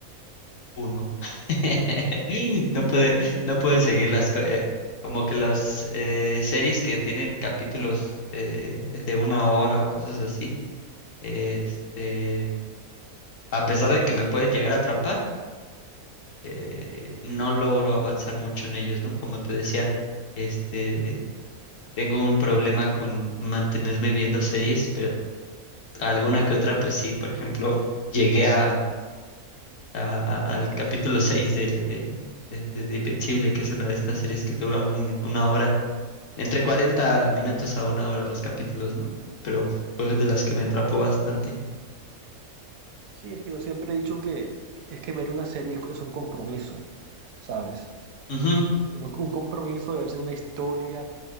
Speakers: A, on the left (about 65°); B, on the right (about 75°).
A: uno <laughs> No puede, no puede seguir las co- eh, como que las eh, series que tienen capítulos eh, de una hora o cosas así. Este, a pesar de que me pueden llegar a atrapar, eh, no logro avanzar mucho en ellos, ¿no? Como te decía, este, tengo un problema con mantenerme viendo series, alguna que otra, pues sí, por ejemplo, llegué a, a- a- al capítulo 6 de, de, de, de- de Invencible, que es una de estas series que dura un min- una hora, entre 40 minutos a una hora los capítulos, ¿no? Pero fue de las que me atrapó bastante.
B: Sí, es que yo siempre he dicho que es que ver una serie es, es un compromiso, ¿sabes?
A: Ujú,
B: Un, un compromiso de verse una historia